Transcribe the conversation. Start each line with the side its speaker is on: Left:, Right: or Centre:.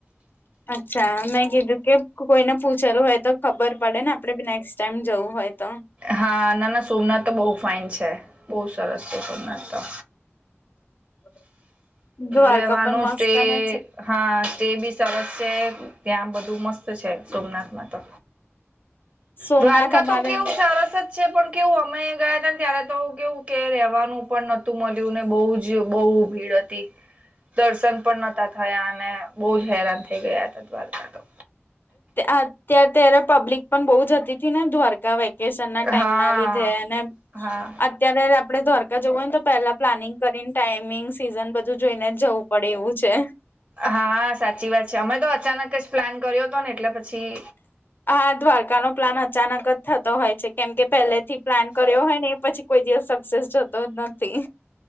Left: અચ્છા મેગ કે કોઈને પૂછેલું હોય તો ખબર પડે ને આપડે બી નેક્સ્ટ ટાઈમ જવું હોય, તો
Right: હા ના ના સોમનાથ તો બહુ ફાઇન છે બહુ સરસ છે, સોમનાથ તો
Left: <inaudible> દ્વારકા
Right: રેવાનું
Left: પણ મસ્ત
Right: છે
Left: ને
Right: હા તે બી સરસ છે ત્યાં બધું મસ્ત છે, સોમનાથમાં તો
Left: સોમનાથ
Right: દ્વારકા
Left: અમારે
Right: તો કેવું સરસવ છે પણ કેવું અમે ગયા હતા, ને ત્યારે તો કેવું કે રવાનું પણ નતું મળ્યું ને બહુજ જે બહુ ભીડ હતી. દર્શન પણ નતા થયા, અને બહુ જ હેરાન થઈ ગયા હતા દ્વારકા તો
Left: અત્યારે ત્યારે પબ્લિક પણ બહુ જતી હતી ને દ્વારકા વેકેશન ના ટાઈમ
Right: હા
Left: ના લીધે અને
Right: હા
Left: અત્યારે આપડે દ્વારકા જવું હોયને તો પેલા પ્લાનિંગ કરીને ટાઈમિંગ સિઝન બધું જોઈને, જ જવું પડે એવું છે.
Right: હા સાચી વાત છે, અમે તો અચાનક જ પ્લાન કર્યો હતો ને એટલે પછી
Left: હા દ્વારકા નો પ્લાન અચાનક જ થતો હોય છે, કેમ કે પહેલે થી પ્લાન કર્યો હોય ને પછી કોઈ દિવસ સક્સેસ જતો નથી